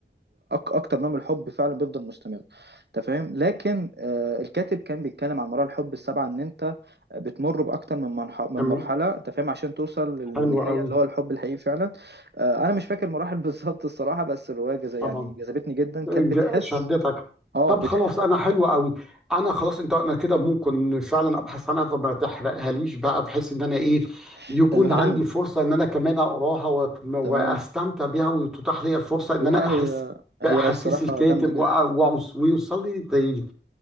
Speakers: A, on the right (about 65°); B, in the centre.
A: واكتر نوع من الحب فعلا بيفضل مستمر انت فاهم لكن آه، الكاتب كان بيتكلم عن مراحل الحب السبعه ان انت بتمر باكتر من منح- من
B: تمام
A: مرحله انت فاهم عشان توصل للنهايه
B: حلو قوي
A: اللي هو الحب الحقيقي فعلا آه، انا مش فاكر المراحل <laughs> بالظبط الصراحه بس الروايه جز- يعني
B: طبعا
A: جذبتني جدا كانت
B: ج-
A: بتحس
B: شدتك
A: اه
B: طب
A: بتح...
B: خلاص انا حلو قوي انا خلاص انت انا كده ممكن فعلا ابحث عنها فما تحرقها ليش بقى بحيث ان انا ايه
A: <laughs>
B: يكون
A: تمام
B: عندي فرصه ان انا كمان اقراها وأت- واستمتع
A: تمام
B: بيها وتتاح لي الفرصه ان
A: لا
B: انا احس
A: هي
B: باحاسيس
A: هي الصراحه
B: الكاتب
A: جامده جدا
B: وأ- وأوص- ويوصل لي زي